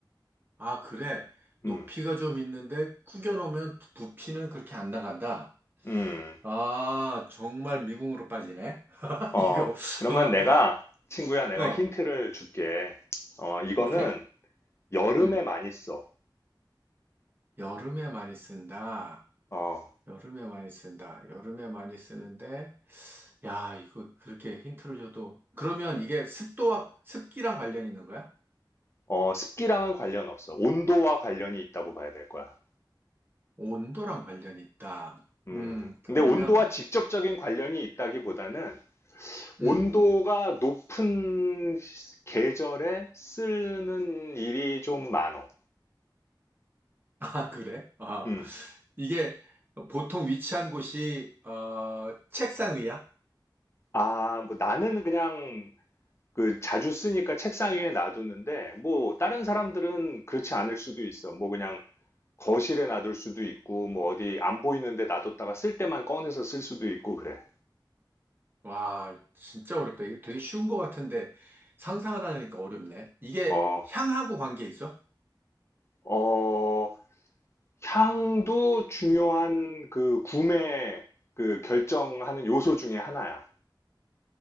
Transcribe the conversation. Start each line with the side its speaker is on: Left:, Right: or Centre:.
Right: 아, 그래. 높이가
Left: 음,
Right: 좀 있는데 구겨놓으면 부피는 그렇게 안 나간다.
Left: 음.
Right: 아, 정말 미궁으로 빠지네. <laughs>
Left: 어,
Right: 이거.
Left: 그러면
Right: 아,
Left: 내가, 친구야, 내가
Right: 어,
Left: 힌트를 줄게. 어, 이거는,
Right: 오케이.
Left: 여름에
Right: 음,
Left: 많이 써.
Right: 여름에 많이 쓴다.
Left: 어,
Right: 여름에 많이 쓴다. 여름에 많이 쓰는데, 야, 이거 그렇게 힌트를 줘도. 그러면 이게 습도와, 습기랑 관련이 있는 거야?
Left: 어, 습기랑은 관련 없어. 온도와 관련이 있다고 봐야 될 거야.
Right: 온도랑 관련이 있다.
Left: 음.
Right: 음, 그러면,
Left: 근데 온도와 직접적인 관련이 있다기보다는
Right: 음.
Left: 온도가 높은 계절에 쓰는 일이 좀 많어.
Right: 아, 그래? 아,
Left: 음.
Right: 이게 보통 위치한 곳이, 어, 책상 위야?
Left: 아, 뭐 나는 그냥 그 자주 쓰니까 책상 위에 놔두는데 뭐 다른 사람들은 그렇지 않을 수도 있어. 뭐 그냥 거실에 놔둘 수도 있고 뭐 어디 안 보이는데 놔뒀다가 쓸 때만 꺼내서 쓸 수도 있고 그래.
Right: 와, 진짜 어렵다. 이거 되게 쉬운 것 같은데 상상하라니까 어렵네. 이게
Left: 어.
Right: 향하고 관계 있어?
Left: 어, 향도 중요한 그 구매 그 결정하는 요소 중에 하나야.